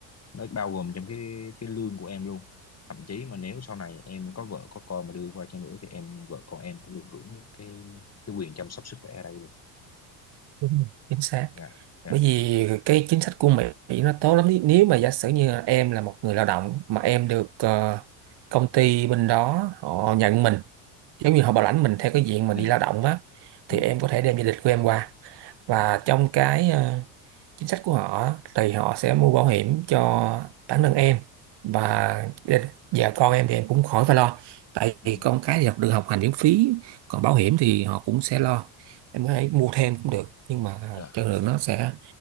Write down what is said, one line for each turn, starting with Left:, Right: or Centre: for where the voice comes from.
Left: nó bao gồm trong cái cái lương của em luôn thậm chí mà nếu sau này em có vợ có con mà đưa qua cho nữa thì em vợ con em cũng được hưởng cái cái quyền chăm sóc sức khỏe ở đây luôn
Right: Đúng rồi, chính xác
Left: dạ dạ
Right: bởi vì cái chính sách của Mỹ Mỹ nó tốt lắm nếu mà giả sử như là em là một người lao động mà em được ờ, công ty bên đó họ nhận mình giống như họ bảo lãnh mình theo cái diện mà
Left: ừ
Right: đi lao động á
Left: ừ
Right: thì em có thể đem gia đình của em qua và trong cái ờ, chính sách của họ thì họ sẽ mua bảo hiểm cho bản thân em và
Left: ừ ừ
Right: và con em thì em cũng khỏi phải lo tại
Left: ừ.
Right: vì con cái thì học được học hành miễn phí còn bảo hiểm thì họ cũng sẽ lo em có thể mua thêm cũng được nhưng mà
Left: dạ
Right: chất lượng nó sẽ